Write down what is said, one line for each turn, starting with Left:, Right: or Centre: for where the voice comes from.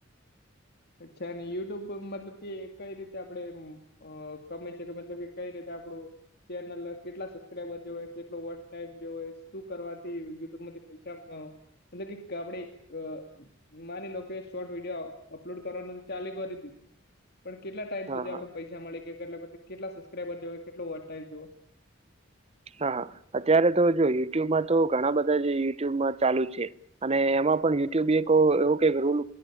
Left: અચ્છા અને યુટ્યુબ મતલબ કે કઈ રીતે આપડે અ કમાઈ શકે મતલબ કે કઈ રીતે આપડું ચેનલ કેટલા સબસ્ક્રાઈબર જો કેટલો વોટ ટાઈમ જો શું કરવાથી યુટ્યુબમાંથી પૈસા મતલબ કે આપે અ માની લો કે શોર્ટ વિડીયો અપલોડ કરવાનું તો ચાલે કરી દીધું પણ કેટલા ટાઈમ
Right: હા
Left: સુધી
Right: હા
Left: આપડ પૈસા મળે કેટલા પછી કેટલા સબસ્ક્રાઈબર જો કેટલો વોચ ટાઈમ જોવે.
Right: હા અત્યારે તો જો યુટ્યુબમાં તો ઘણા બધા જ યુટ્યુબમાં ચાલુ છે. અને એમાં પણ યુટ્યુબ એક એવું કે રોલ